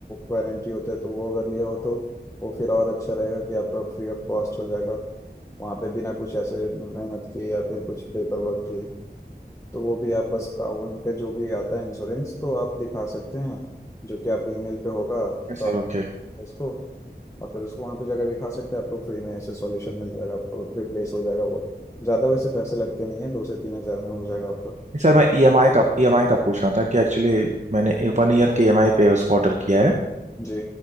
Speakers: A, on the left (about 15°); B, on the right (about 45°).
A: वारंटी होता है तो वो अगर लिया हो तो वो फिर और अच्छा रहेगा कि आपका फ्री ऑफ कॉस्ट हो जाएगा वहाँ पे बिना कुछ ऐसे मेहनत किए या फिर कुछ पेपर वर्क किए तो वो भी आप बस का उनका जो भी आता है इंश्योरेंस तो आप दिखा सकते हैं जो कि आपको ईमेल पे होगा
B: Yes,
A: तो
B: sir
A: आप
B: okay
A: उसको और फिर उसको वहाँ पे जाकर दिखा सकते हैं आपको फ्री में ऐसे सॉल्यूशन मिल जाएगा आपको रिप्लेस हो जाएगा वो ज़्यादा वैसे पैसे लगते नहीं है दो से तीन हज़ार में हो जाएगा आपका
B: सर मैं ईएमआई का ईएमआई का पूछ रहा था कि एक्चुअली मैंने वन ईयर के ईएमआई पे उसको ऑर्डर किया है
A: जी